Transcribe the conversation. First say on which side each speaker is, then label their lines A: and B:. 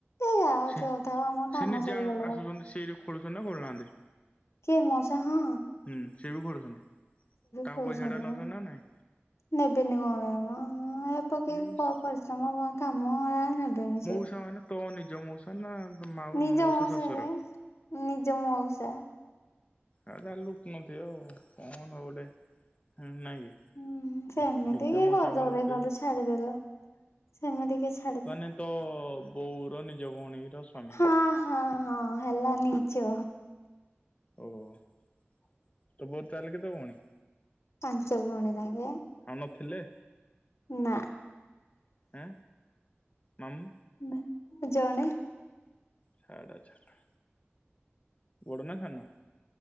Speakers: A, on the left (about 85°); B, on the left (about 30°).
A: ଏ ଯାଉ
B: ସେ
A: ଯୋଉ ଥାଉ ଆମ କାମ
B: ସେ ନିଜେ
A: ସରିଗଲା
B: ଆଣୁ ଆସୁଛନ୍ତି ସେଇ ଲୋ ଖୋଳୁଛନ୍ତି ନା ଖୋଳୁ ନାହାନ୍ତି।
A: କିଏ ମଉଷା ହୁଁ।
B: ହୁଁ ସିଏ ବି ଖୋଳୁଛନ୍ତି ତାଙ୍କ
A: ଖୋଳୁଛନ୍ତି
B: ପଇସା ଟା ନଉଛନ୍ତି
A: ମ।
B: ନା ନାଇଁ।
A: ନେବେନି କଁ ପାଇଁ ମ ଉଁ ଏଠି ତ କେହି
B: ଇସ୍
A: ପ ପରିଶ୍ରମ କ କାମ। ନେବେନି ସେ।
B: ମଉସା ମାନେ ତ ନିଜ ମଉସା ନା ତମ ମା
A: ନିଜ
B: ମଉସା
A: ମଉସାରେ
B: ଶଶୁର।
A: ନିଜ ମଉଷା।
B: ଆଉ ତା ଲୁଟୁ ନଥିବେ ଆଉ କଣ ଆଉ ଗୋଟେ ନାଇଁ କି।
A: ହୁଁ ସେମିତି
B: ନିଜ
A: କିଏ
B: ମଉସା
A: କରିଦେବେ
B: କଣ ଲୁଟେଇବେ
A: ଖାଲି
B: କି?
A: ଛାଡିଦେଲ ସେମିତି କିଛି।
B: ତା ମାନେ ତୋ ବୋଉର ନିଜ ଭଉଣୀର ସ୍ଵାମୀ।
A: ହଁ ହଁ ହଁ ହେଲା ନିଜ।
B: ଓ ତୋ ବୋଉ ତାହଲେ କେତ ଭଉଣୀ।
A: ପାଞ୍ଚ ଭୁଉଣୀ ତାଙ୍କେ।
B: ଆଉ ନଥିଲେ।
A: ନା।
B: ଆଁ ମାମୁଁ?
A: ନା ଜଣେ
B: ଛାଡ ଛାଡ, ବଡ ନା ସାନ?